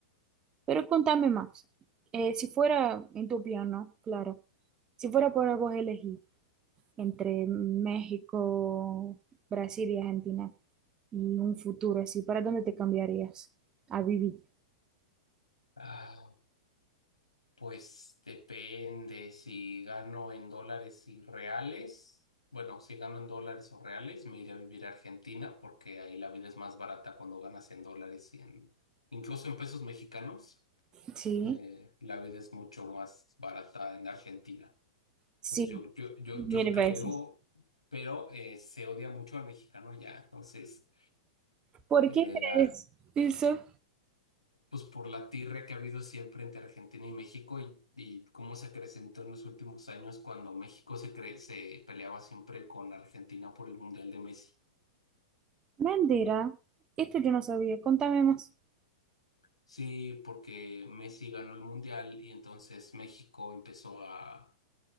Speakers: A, on the right; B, on the left.
A: Pero contame más. Eh, si fuera en tu piano, claro, si fuera por vos elegir entre México, Brasil y Argentina. y un futuro así, ¿para dónde te cambiarías a vivir?
B: Ah, pues depende si gano en dólares y reales. Bueno, si gano en dólares o reales, me iré a vivir a Argentina porque ahí la vida es más barata cuando ganas en dólares y en, incluso en pesos mexicanos.
A: Sí.
B: eh, la vida es mucho más barata en Argentina.
A: Sí,
B: Entonces yo, yo, yo,
A: Mil
B: yo creo,
A: veces.
B: pero eh, se odia mucho al mexicano allá. Entonces,
A: ¿por
B: eh,
A: qué
B: ah,
A: crees? Eso.
B: pues por la tirria que ha habido siempre entre Argentina y México y, y cómo se acrecentó en los últimos años cuando México se, cre- se peleaba siempre con Argentina por el Mundial de Messi.
A: mentira esto yo no sabía, contame más.
B: Sí, porque Messi ganó el Mundial y entonces México empezó a